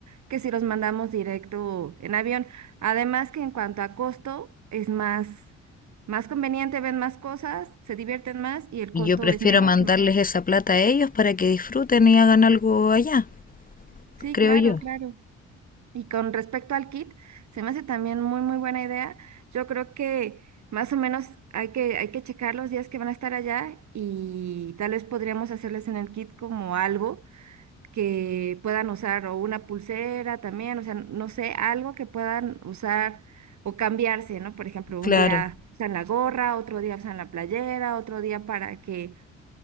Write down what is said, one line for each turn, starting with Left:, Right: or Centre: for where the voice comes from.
Right: que si los mandamos directo en avión. Además que en cuanto a costo, es más, más conveniente, ven más cosas, se divierten más y el
Left: Y
Right: costo
Left: yo prefiero
Right: es menor
Left: mandarles
Right: que...
Left: esa plata a ellos para que disfruten y hagan algo allá,
Right: Sí,
Left: creo
Right: claro,
Left: yo.
Right: claro. Y con respecto al kit, se me hace también muy, muy buena idea. Yo creo que más o menos hay que, hay que checar los días que van a estar allá y tal vez podríamos hacerles en el kit como algo que puedan usar o una pulsera también, o sea, no sé, algo que puedan usar o cambiarse, ¿no? Por ejemplo,
Left: Claro,
Right: un día usan la gorra, otro día usan la playera, otro día para que